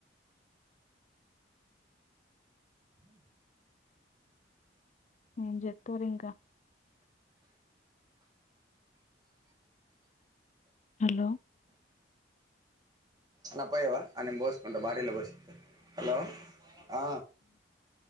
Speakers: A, on the left; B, on the right.
A: ఏేం చెప్తాల ఇంకా హలో
B: అన్న పోయవా అ నేను పోస్సుకుంటా బడీలో పోసు హలో ఆ